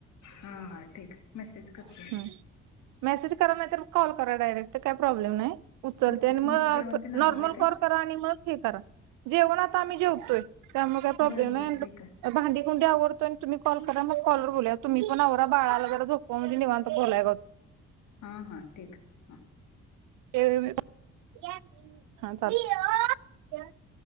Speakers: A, on the left (about 70°); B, on the right (about 85°).
A: हां हां ठीक आहे मेसेज करते
B: मग
A: म
B: मेसेज करा नाहीतर कॉल करा डायरेक्ट काय प्रॉब्लेम नाही उचलते
A: ओके
B: आणि
A: तुमचं
B: मग
A: जेवण ते आवरले
B: नॉर्मल
A: काय
B: कॉल करा आणि मग हे करा जेवण आता आम्ही जेवतोय त्यामुळे काही प्रॉब्लेम
A: बरं बरं
B: नाही
A: ठीक आहे
B: अांडी कुंडी आवरतो आणि तुम्ही कॉ करा मग कॉलवर बूल तुम्ही पण आरा बाळालागरा झोपामध्येेवान तर बोलाय गत
A: हां हां ठीक हा
B: <unintelligible>